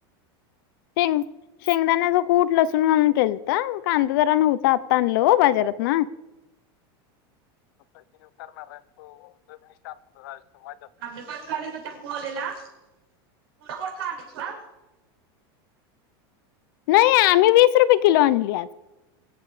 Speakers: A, on the left; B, on the right.
A: शेंग शेंगदाण्या जो कूठ लसूण घालून केलत तर कांदा जरा नव्हता आ तन तो बाजारत ना करणार आहे तो जनिसर अ माज
B: आम्ही पण काल इथ टेम्पो आलेला केवढा मोठा आलेला
A: नाही आम्ही वीस रुपये किलो आणले